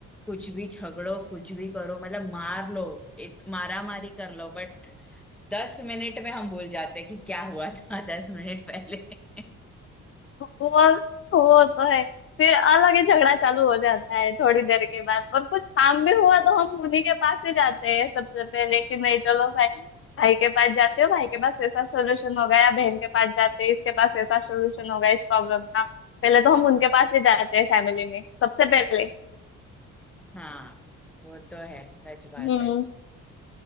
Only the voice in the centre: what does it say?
कुछ भी झगड़ो कुछ भी करो मतलब मार लो इत, मारा मारी कर लो बट दस मिनट में हम भूल जाते हैं कि क्या हुआ था <laughs> दस मिनट पहले <laughs>
हाँ वो तो है सच बात
है